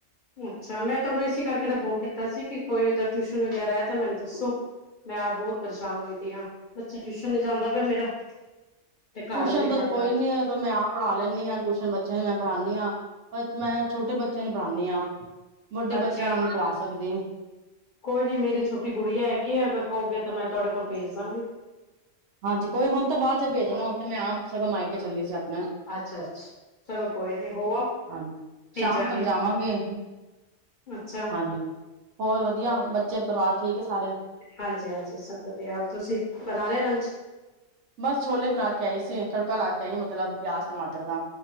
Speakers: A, on the left; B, on the right.
A: ਅੱਛਾ, ਮੈਂ ਤੋਨੂੰ ਇਸੀ ਕਰਕੇ ਤਾਂ ਫੋਨ ਕੀਤਾ ਸੀ, ਕਿ ਕੋਈ ਉਧਰ ਟਿਊਸ਼ਨ ਵਗੈਰਾ ਐ ਤੇ ਮੈਨੂੰ ਦੱਸੋ। ਮੈਂ ਆਪ ਬੋਤ ਪਰੇਸ਼ਾਨ ਹੋਈ ਪੀ ਆਂ, ਬੱਚੇ ਟਿਊਸ਼ਨ ਨੀ ਜਾਂਦਾ ਪਿਆ ਮੇਰਾ। ਤੇ ਘਰ
B: ਟੂਸ਼ਨ
A: ਵੀ ਨੀ
B: ਦਾ
A: ਪੜ੍ਹਦਾ।
B: ਜੇ ਕੋਈ ਨੀਂ ਐ ਤ ਮੈਂ ਆਪ ਪੜ੍ਹਾ ਲੈਨੀਂ ਆਂ, ਟੂਸ਼ਨ ਬੱਚਿਆਂ ਨੂੰ ਮੈਂ ਪੜ੍ਹਾਨੀਂ ਆਂ, ਪਰ ਮੈਂ ਛੋਟੇ ਬੱਚਿਆਂ ਨੂੰ ਪੜ੍ਹਾਨੀਂ ਆਂ। ਵੱਡੇ
A: ਅੱਛਾ,
B: ਬੱਚਿਆਂ ਨੂੰ ਨੀਂ ਪੜ੍ਹਾ ਸਕਦੀ।
A: ਕੋਈ ਨੀ, ਮੇਰੀ ਛੋਟੀ ਗੁੜੀਆ ਐਗੀ ਐ, ਅਗਰ ਕਓਗੇ ਤਾਂ ਮੈਂ ਤੁਆਡੇ ਕੋਲ ਭੇਜ ਦਾਂਗੀ।
B: ਹਾਂਜੀ, ਕੋਈ ਹੁਣ ਤਾਂ ਬਾਚ ਭੇਜਣਾ, ਹੁਣ ਤੇ ਮੈਂ ਆਪ ਸਗੋਂ ਮਾਈਕੇ ਚੱਲੀ ਸੀ ਆਪ
A: ਅੱਛਾ-ਅੱਛ, ਚਲੋ ਕੋਈ ਨੀਂ ਹੋ ਆਓ।
B: ਹਾਂਜੀ
A: ਭੇਜਾਂਗੀ
B: ਸ਼ਾਮ ਤੱਕ ਜਾਵਾਂਗੇ।
A: ਅੱਛਾ।
B: ਹਾਂਜੀ ਹੋਰ ਵਧੀਆ, ਬੱਚੇ ਪਰਿਵਾਰ ਠੀਕ ਐ ਸਾਰੇ।
A: ਹਾਂਜੀ-ਹਾਂਜੀ, ਸਭ ਵਧੀਆ ਔਰ ਤੁਸੀਂ, ਬਣਾ ਲਿਆ ਲੰਚ?
B: ਬਸ ਛੋਲੇ ਬਣਾ ਕੇ ਆਈ ਸੀਂ, ਤੜਕਾ ਲਾ ਕੇ ਆਈਆਂ, ਮਤਲਬ ਪਿਆਜ ਟਮਾਟਰ ਦਾ।